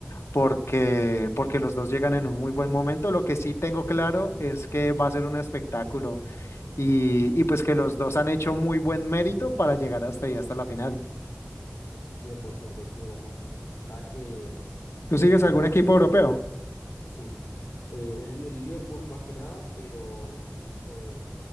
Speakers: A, on the left; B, on the left.
A: porque, porque los dos llegan en un muy buen momento. Lo que sí tengo claro es que va a ser un espectáculo y,
B: Ujú,
A: y pues que los dos han hecho muy buen mérito para llegar hasta ahí, hasta la final.
B: 100% coincido con vos. Sabes que
A: ¿Tú sigues
B: para
A: algún
B: acá
A: equipo
B: en Argentina,
A: europeo?
B: Sí, eh, el, el Liverpool más que nada, pero eh,